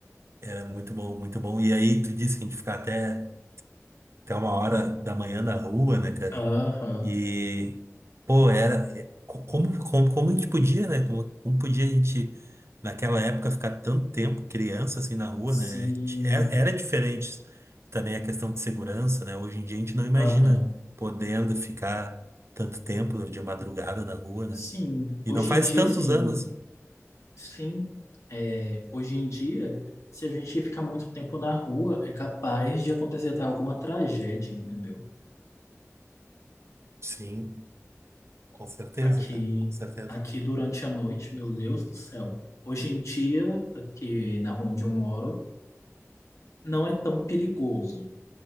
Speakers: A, on the right; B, on the left.
A: Era muito bom, muito bom. E aí tu disse que a gente ficava até até uma hora da manhã na rua, né, cara?
B: Aham.
A: E, pô, era. é, co- Como, como, como a gente podia, né? Como, como podia a gente, naquela época, ficar tanto tempo criança assim na rua,
B: Sim.
A: né? Era, era diferente também a questão de segurança, né? Hoje em dia a gente não imagina
B: Aham.
A: podendo ficar tanto tempo de madrugada na rua, né?
B: Sim.
A: E
B: Hoje
A: não faz
B: em dia,
A: tantos
B: assim,
A: anos.
B: sim. É, hoje em dia, se a gente ficar muito tempo na rua, é capaz de acontecer até alguma tragédia, entendeu?
A: Sim, com certeza,
B: Aqui,
A: cara, com certeza.
B: aqui durante a noite, meu Deus do céu. Hoje em dia, aqui na rua onde eu moro, não é tão perigoso.